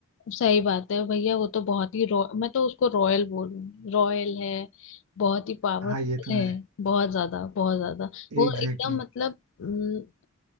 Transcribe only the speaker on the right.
हाँ ये तो
है
Exactly
exactly.